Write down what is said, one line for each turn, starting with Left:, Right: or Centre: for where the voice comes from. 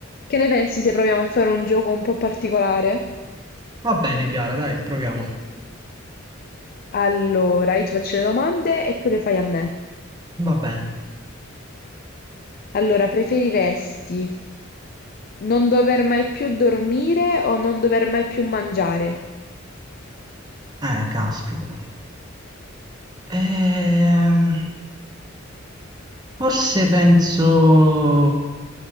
Left: Che ne pensi se proviamo a fare un gioco un po' particolare?
Right: Va bene Chiara, dai, proviamo.
Left: Allora, io ti faccio le domande e tu le fai a me.
Right: Va bene.
Left: Allora, preferiresti non dover mai più dormire o non dover mai più mangiare?
Right: Eh, caspita. Ehm, forse penso...